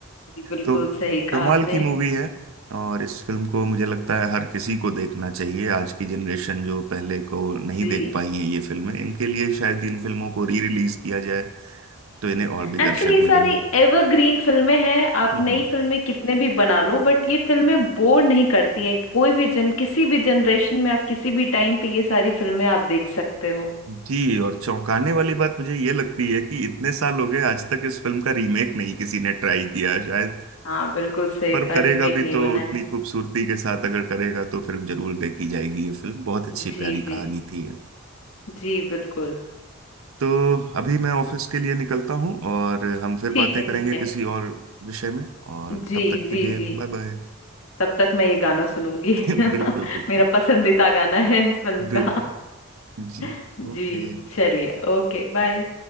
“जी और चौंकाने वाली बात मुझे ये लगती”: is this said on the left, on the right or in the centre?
Right